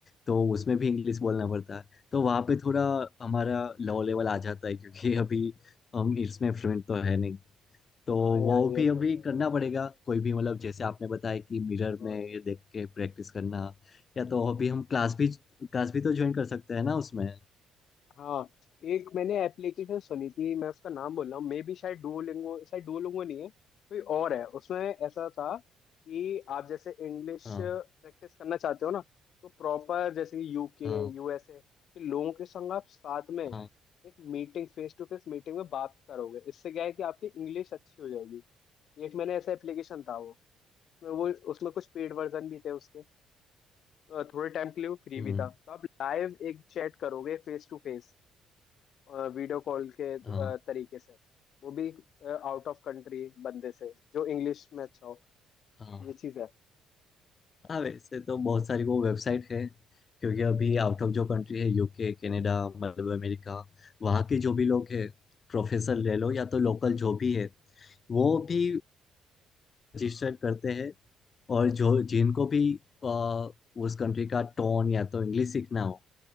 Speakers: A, on the left; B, on the left.
A: तो उसमें भी इंग्लिश बोलना पड़ता है तो वहाँ पे थोड़ा हमारा लो लेवल आ जाता है क्योंकि अभी हम इसमें फ्लुएंट तो है नहीं तो
B: हाँ यार
A: वो
B: ये
A: भी अभी
B: तो है
A: करना पड़ेगा कोई भी मतलब जैसे आपने बताया कि मिरर
B: और
A: में
B: क्या
A: ये देख के प्रैक्टिस करना या तो अभी हम क्लास भी क्लास भी तो ज्वाइन कर सकते हैं ना उसमें
B: हाँ एक मैंने एप्लीकेशन सुनी थी मैं उसका नाम बोल रहा हूँ मे बी शायद डुओलिंगो शायद डुओलिंगो नहीं है कोई और है उसमें ऐसा था कि आप जैसे इंग्लिश
A: हाँ
B: प्रैक्टिस करना चाहते हो ना तो प्रॉपर जैसे कि यूके
A: हाँ
B: यूएसए के लोगों के संग आप साथ में
A: हाँ
B: एक meeting face to face meeting में बात करोगे इससे क्या है कि आपकी इंग्लिश अच्छी हो जाएगी एक मैंने ऐसा एप्लीकेशन था वो उसमें वो उसमें कुछ पेड वर्जन भी थे उसके अ, थोड़े टाइम के लिए वो फ्री
A: हम्म
B: भी था तो आप लाइव एक चैट करोगे face to face video call के अ,
A: हाँ
B: तरीके से वो भी आउट ऑफ कंट्री बंदे से जो इंग्लिश में अच्छा हो
A: हाँ
B: ये चीज है
A: हाँ वैसे तो बहुत सारी वो वेबसाइट है क्योंकि अभी
B: हम्म
A: आउट ऑफ जो कंट्री है यूके कनाडा मतलब अमेरिका वहाँ के जो भी लोग हैं प्रोफेसर ले लो या तो लोकल जो भी है वो भी रजिस्टर करते हैं और जो जिनको भी अ, उस कंट्री का टोन या तो इंग्लिश सीखना हो